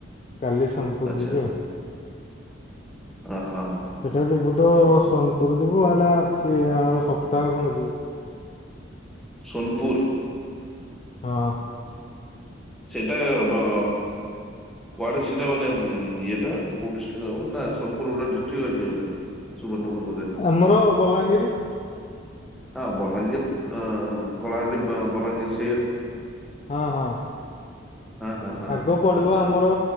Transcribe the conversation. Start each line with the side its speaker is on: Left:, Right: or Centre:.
Left: କାଲି ସୋନପୁର
Centre: ଆଚ୍ଛା
Left: ଯିବି ଆଉ।
Centre: ଅ ହଁ ହଁ।
Left: ସେଇଟା ଯିବୁ ତ ସୋନପୁର ଯିବୁ। ଏଇଟା ଅଛି, ଆମର ସପ୍ତାହ ଖଣ୍ଡେ ଯିବୁ।
Centre: ସୋନପୁର୍।
Left: ହଁ।
Centre: ସେଇଟା ବ କୁଆଡେ ସେଟା ମାନେ, ଇଏଟା କୋଉ ଡିଷ୍ଟ୍ରିକ୍ ରେ ହବ? ନା ସୋନପୁର ଗୋଟେ ଡିଷ୍ଟ୍ରିକ୍ ଅଛି ବୋଧେ। ସୁବର୍ଣ୍ଣପୁର୍ ବୋଧେ।
Left: ଆମର ବଲାଙ୍ଗୀରି।
Centre: ହଁ, ବଲାଙ୍ଗୀର, ଅ-କଳାହାଣ୍ଡି, ବଲାଙ୍ଗୀର୍
Left: ହଁ, ହଁ।
Centre: ହଁ ହଁ ହଁ
Left: ଆଗ ପଡିବ
Centre: ଆଚ୍ଛା
Left: ଆମର